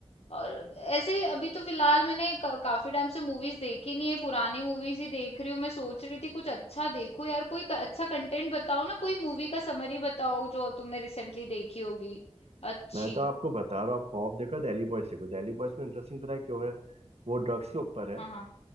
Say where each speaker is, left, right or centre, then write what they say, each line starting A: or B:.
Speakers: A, on the left; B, on the right.
A: और ऐसे अभी तो फिलहाल मैंने का, काफी टाइम से मूवीज देखी नहीं है पुरानी मूवीज ही देख रही हूँ मैं सोच रही थी कुछ अच्छा देखो यार कोई क- अच्छा कंटेंट बताओ ना कोई मूवी का समरी बताओ जो तुमने रिसेंटली देखी होगी अच्छी
B: मैं तो आपको बता रहा हूँ आप खौफ देखो दिल्ली बॉयज देखो दिल्ली बॉयज में इंटरेस्टिंग पता है क्यों है वो ड्रग्स के ऊपर है
A: हाँ हाँ